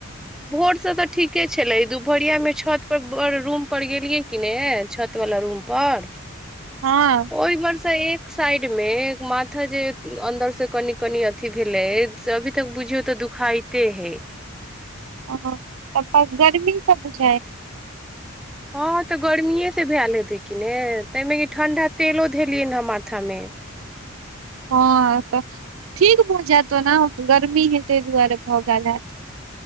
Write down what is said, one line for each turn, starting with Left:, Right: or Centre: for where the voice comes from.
Centre: भोरसँ तऽ ठीके छलै दुपहरियामे छतपर बड़ रूमपर गेलियै कि ने छत वला रूम पर
Right: हँ
Centre: ओहि वर्ष एक साइड मे माथा जे अन्दर से कनि कनि अथिी भेलै से अभी तक बुझियौ तऽ दुखाते है
Right: ह त पर गर्मी सब जाइ
Centre: ओ ऽ गर्मी ह से भैलेहे तै किने ताहिमे कि ठंढा तेलो धेलियनि ह माथामे
Right: हँ तऽ ठीक भऽ जायत ओ ने गर्मी हे ताहि दुआरे भऽ गेल हैत